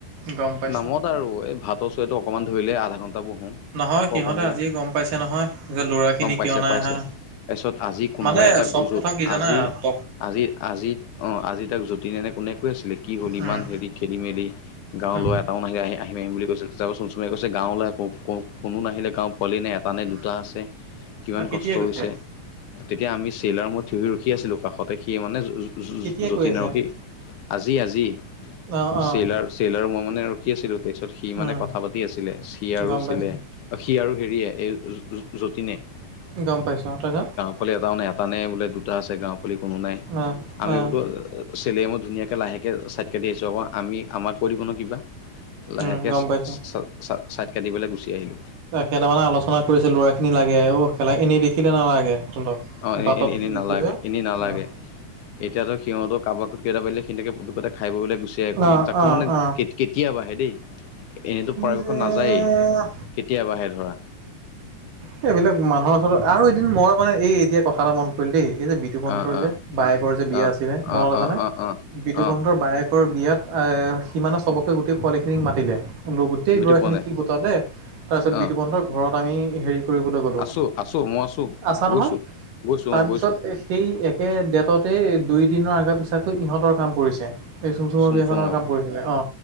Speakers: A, on the right; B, on the left.
A: গম পাই
B: নামত আৰু এই ভাতৰ চৰিয়াটো অকমান ধৰিলে আধা ঘণ্টা বহোঁ।
A: নহয়
B: আকৌ
A: সিহঁতে
B: অকণ দেৰি
A: আজিয়ে গম পাইছে নহয়, যে ল'ৰাখিনি
B: গম পাইছে
A: কিয় নাই
B: পাইছে
A: আহা?
B: তাৰপিছত আজি কোনোবা
A: মানে
B: এটা
A: চব কথা কি জানা
B: আজি
A: ট
B: আজি আজি অ আজি তাক যতীন এনে কোনে কৈ আছিলে কি হলি
A: উম,
B: ইমান হেৰি খেলি মেলি গাঁও
A: উম,
B: লৰা এটাও নাহিলে আহি আহিম আহিম বুলি কৈছিল চাবাচোন চুমে কৈছে গাঁও লৰাই কো কো কোনো নাহিলে গাঁও পোৱালি নে এ পানে
A: উম,
B: দুটা আছে, কিমান
A: অ', কেতিয়া
B: কষ্ট
A: কৈছে?
B: হৈছে তেতিয়া আমি চেইলাৰ মই থিয় ৰখি আছিলোঁ। কাষতে সি মানে য য য
A: কেতিয়া
B: য যতীন
A: কৈ আছে?
B: আৰু সি আজি আজি।
A: অ', অ',
B: চেইলাৰ - চেইলাৰ মই মানে ৰখি আছিলোঁ তাৰপিছত সি
A: উম,
B: মানে কথা পাতি আছিলে, সি আৰু
A: গম পাইছোঁ,
B: চেলে। সি আৰু হেৰিয়ে এই য য য যতীনে।
A: গম পাইছোঁ অ তাৰপিছত?
B: পোৱালি এটাও নাই, এটা নাই বোলে দুটা আছে গাঁও পোৱালি কোনো নাই,
A: অ',
B: আমি
A: অ',
B: বোলো আ আ চেলে মই ধুনীয়াকে লাহেকে ছাইড কাটি আহিছোঁ আক আমি আমাক কৈ দিব ন কিবা? লাহেকে
A: উম, গম পাইছোঁ।
B: ছা ছা ছাইট কাটিবলৈ গুচি আহিলোঁ।
A: এ সেনা মানে আলোচনা কৰিছিলোঁ ল'ৰাখিনি লাগে অ খেলা এনেই দেখিলে নালাগে তহঁতক।
B: অ
A: বাটত
B: এ এ এনে নালাগে,
A: গ'লে
B: এনে নালাগে।
A: অ',
B: এতিয়া ধৰ সিহঁতৰ কাবাক কেতা বাজিলে সেনটাকে দুকাতে খাই বৈ বুলে গুচিয়াই পাম
A: অ',
B: যাকো
A: অ',
B: মানে
A: অ',
B: কেত কেতিয়াবাহে দেই, এনেইতো
A: কি
B: পৰাপক্ষত
A: যে
B: নাযায়েই কেতিয়াবাহে ধৰা।
A: সেইবিলাক মানুহৰ ওচৰত আৰু এদিন মই আক মানে এই এতিয়া কথা এটা মন পৰিল দেই এই যে বি বিতুপন্তৰ
B: অ অ
A: যে বায়েকৰ যে
B: অ',
A: বিয়া আছিলে
B: অ',
A: মনত আছেনে?
B: অ', অ', অ',
A: বিতুপন্তৰ
B: অ',
A: বায়েক কৰ বিয়াত আহ সিমানে চবকে গোটেই পোৱালিখিনিক মাতিলে গোটেই
B: বুজি
A: ল'ৰাখিনি
B: পোৱা নাই
A: সি গোটালে তাৰপিছত বিতুপন্তৰ
B: অ',
A: ঘৰত আমি হেৰি কৰিবলৈ গ'লো,
B: আছো আছো মই আছো
A: আছা
B: গৈছো
A: নহয়
B: গৈছো
A: তাৰপিছত
B: অ', গৈছো
A: এই সেই একে ডেটতেই দুই দিনৰ আগে পিছাকৈ ইহঁতৰ কাম পৰিছে। এই চুম চুমৰ
B: চুমচুমত
A: বিয়াখনৰ কাম কৰিছিলে অ